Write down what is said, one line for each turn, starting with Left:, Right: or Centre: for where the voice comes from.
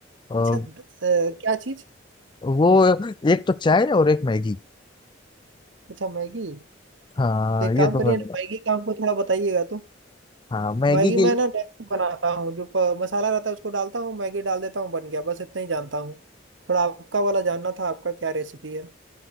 Left: और
Right: अच्छा द- अ, क्या चीज
Left: वो एक तो चाय और एक मैगी
Right: अच्छा मैगी
Left: हाँ
Right: तो एक
Left: ये
Right: काम
Left: तो
Right: करिए
Left: मैं
Right: ना
Left: बता
Right: मैगी का हमको थोड़ा बताइएगा तो।
Left: हाँ मैगी
Right: मैगी
Left: के लिए
Right: मैं ना नहीं बनाता हूँ जो प- मसाला रहता है उसको डालता हूँ मैगी डाल देता हूँ बन गया बस इतना ही जानता हूँ थोड़ा आपका वाला जानना था आपका क्या रेसिपी है